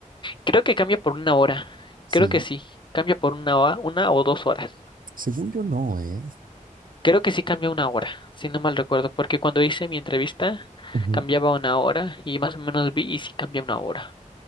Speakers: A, on the left (about 35°); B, on the right (about 85°).
A: Creo que cambia por una hora.
B: Sí,
A: Creo que sí. Cambia por una hora, una o dos horas.
B: según yo no, ¿eh?
A: Creo que sí cambia una hora, si no mal recuerdo, porque cuando hice mi entrevista
B: Ujú.
A: cambiaba una hora y más o menos vi y sí cambia una hora.